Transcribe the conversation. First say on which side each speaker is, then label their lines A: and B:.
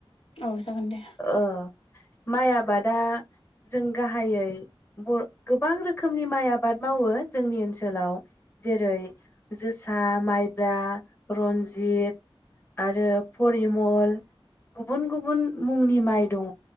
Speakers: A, on the left; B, on the left.
A: औ जागोन दे
B: ओ माइ आबादा जों गाहायै बर गोबां रोखोमनि माइ आबाद मावो जोंनि ओनसोलाव जेरै जोसा माइब्रा रनजित आरो परिमल गुबुन गुबुन मुंनि माइ दङ